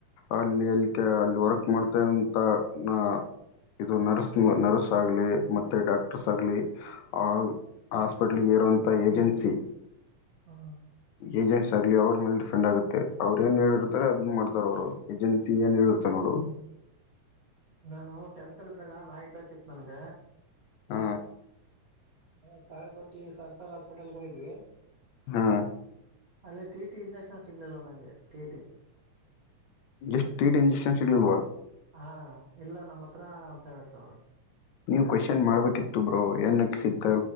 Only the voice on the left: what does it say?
ಅಲ್ಲಿ ಅಲ್ಲಿ ಅಲ್ಲಿ ವರ್ಕ್ ಮಾಡ್ತಂತ ನಾ ಇದು ನರ್ಸ್ ನರ್ಸ್ ಆಗ್ಲಿ ಮತ್ತೆ ಡಾಕ್ಟರ್ಸ್ ಆಗ್ಲಿ ಆ ಹಾಸ್ಪಿಟ್ಲ್ಗೆ. ಇರುವಂಥ ಏಜೆನ್ಸಿ.
ಏಜೆನ್ಸಾಗ್ಲಿ ಅವ್ರ ಮ್ಯಾಲ್ ಡಿಪ್ ಂಡ ಆಗುತ್ತೆ ಅವ್ರ ಏನ್ ಹೇಳಿರ್ತಾರೆ ಅದನ್ ಮಾಡ್ತಾರ ಅವರು ಏಜೆನ್ಸಿ ಏನ್ ಹೇಳಿರ್ತಾ ನೋಡು.
ಹ
ಹಾ
ಜಸ್ಟ್ ಟಿಟಿ ಇಂಜೆಕ್ಷನ್ಸ್ ಸಿಗಲಿಲ್ವ.
ನೀವ್ ಕ್ವಶನ್ ಮಾಡ್ಬೇಕಿತ್ತು ಬ್ರೋ ಏನಕ ಸಿಗ್